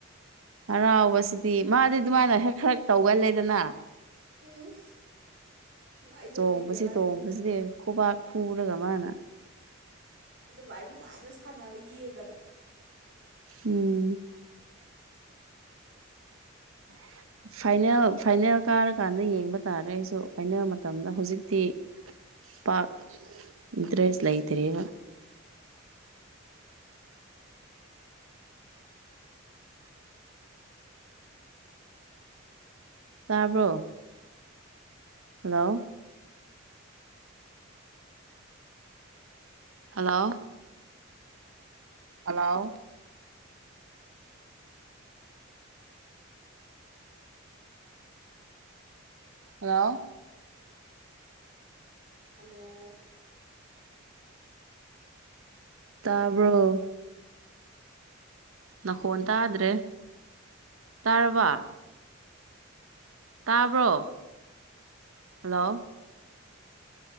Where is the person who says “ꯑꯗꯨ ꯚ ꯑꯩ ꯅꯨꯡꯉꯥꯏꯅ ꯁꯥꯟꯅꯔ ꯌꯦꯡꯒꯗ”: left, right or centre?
Right